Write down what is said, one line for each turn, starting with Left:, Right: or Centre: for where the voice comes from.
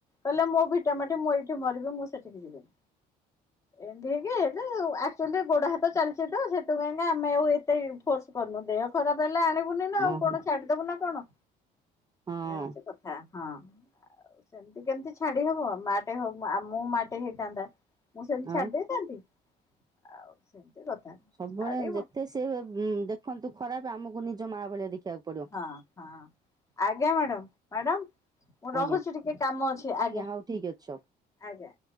Left: କହିଲେ ମୋ ଭିଟା ମାଟି ମୁଁ ଏଇଠି ମରିବି ମୁଁ ସେଠିକି ଯିବିନି। ଏମତି ହେଇକି ହେତୁ ଆକ୍ଚୁଆଲି ଗୋଡା ହାତ ଚାଲିଛି ତ ସେଥିପାଇଁକା ଆମେ ଆଉ ଏତେ ଫୋର୍ସ କରୁନୁ ଦେହ ଖରାପ ହେଲେ ଆଣିବୁନି ନା ଆଉ
Right: ଓହୋ
Left: କଣ ଛାଡିଦବୁ ନା କଣ।
Right: ହଁ
Left: ଏ ହଉଛି କଥା ହଁ ସେମିତି କେମିତି ଛାଡି ହବ ମାଟେ ହଉ ଆମ ମାଟେ ହେଇଥାନ୍ତା ମୁଁ ସେମିତି
Right: ଆଉ
Left: ଛାଡି ଦେଇଥାନ୍ତି ଆଉ ସେମିତି କଥା
Right: ସବୁବେଳେ
Left: ଛାଡିବନି
Right: ଯେତେ ସେ ଦେଖନ୍ତୁ ଖରାପ ଆମକୁ ନିଜ ମା ଭଳିଆ ଦେଖିବାକୁ ପଡ଼ିବ
Left: ହଁ ହଁ ଆଜ୍ଞା ମ୍ୟାଡ଼ାମ ମ୍ୟାଡ଼ାମ ମୁଁ ରହୁଛି
Right: ଆଜ୍ଞା
Left: ଟିକେ କାମ ଅଛି ଆଜ୍ଞା
Right: ହଉ ଠିକ୍ ଅଛି ସବୁ
Left: ଆଜ୍ଞା